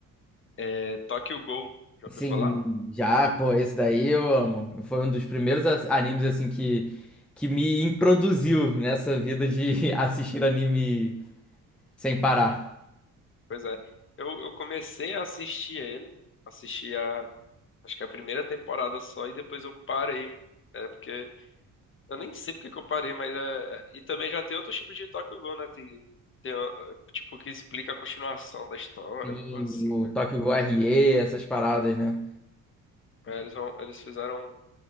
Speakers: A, on the left (about 35°); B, in the centre.
A: É Tokyo Ghoul. Já
B: Sim,
A: ouviu falar?
B: já, pô, esse daí eu amo. Foi um dos primeiros as- animes assim que que me introduziu nessa vida de <laughs> assistir anime sem parar.
A: Pois é. Eu, eu comecei a assistir ele. Assisti a, acho que a primeira temporada só e depois eu parei. É porque Eu nem sei porque que eu parei, mas é. é, E também já tem outro tipo de Tokyo Ghoul, né? Tem, tem, uh, tipo, que explica a continuação da história,
B: Sim,
A: uma coisa assim,
B: o
A: né?
B: Tokyo Ghoul RE, essas paradas, né?
A: Aí eles vão, eles fizeram,